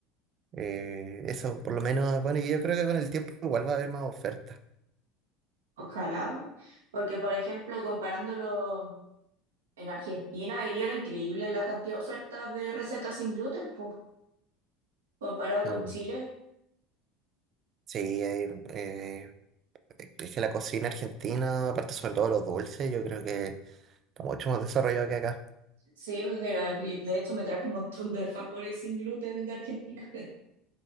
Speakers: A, on the right; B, on the right.
A: eh, eso por lo menos, bueno, y yo creo que con el tiempo igual va a haber más ofertas.
B: ojalá Porque, por ejemplo, comparándolo en Argentina, ahí era increíble la cantidad de ofertas de recetas sin gluten, pues, comparado con
A: Mm,
B: Chile.
A: Sí, hay, eh, es que la cocina argentina, aparte sobre todo los dulces, yo creo que está mucho más desarrollado que acá.
B: Sí, pues, de, y de hecho me traje un montón de alfajores sin gluten de Argentina. <laughs>